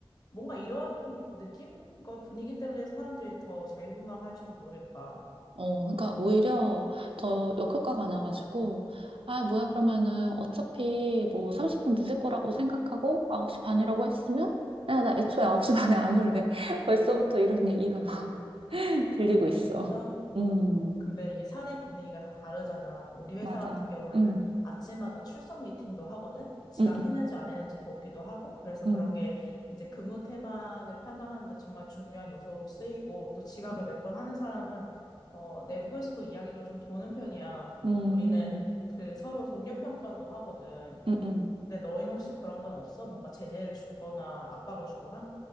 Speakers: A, on the left; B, on the right.
A: 뭔가 이런 느낌과 분위기 때문에 사람들이 더 자유분방할지도 모르겠다.
B: 어, 그러니까 오히려 더 역효과가 나가지고 아, 뭐야 그러면은 어차피 뭐 30분 늦을 거라고 생각하고 9시 반이라고 했으면 야, 나 애초에 9시 <laughs> 반에 안 올래. <laughs> 벌써부터 이런 얘기가 막 <laughs> 들리고 있어.
A: 진짜?
B: 음,
A: 근데 이게 사내 분위기가 다 다르잖아. 우리 회사
B: 맞아.
A: 같은 경우에는
B: 음.
A: 아침마다 출석 미팅도 하거든? 지각했는지
B: 음,
A: 안 했는지 보기도 하고, 그래서 그런
B: 음,
A: 게 이제 근무 태만을 판단하는데 정말 중요한 요소로 쓰이고, 또 지각을
B: 음,
A: 몇 번 하는 사람은, 어, 내부에서도 이야기가 좀 도는 편이야.
B: 음,
A: 우리는 그 서로 동료 평가도 하거든.
B: 음, 음.
A: 근데 너희는 혹시 그런 건 없어? 뭔가 제재를 주거나 압박을 주거나?